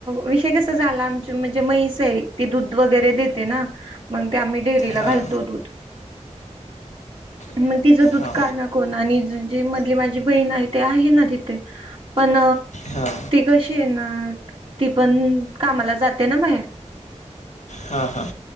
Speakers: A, on the right; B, on the left.
A: विषय कस झाला, आमच म्हणजे मैस आहे ती दूध वगैरे देते ना मग ते आम्ही डेअरीला
B: हां
A: घालतो दूध मग तिचं दूध
B: हो
A: काढणं कोण आणि जी मधली माझी बहीण आहे, ती आहे ना तिथे पण
B: हां
A: कशी आहे ना, ती पण कामाला जाते ना बाहेर
B: हा हा.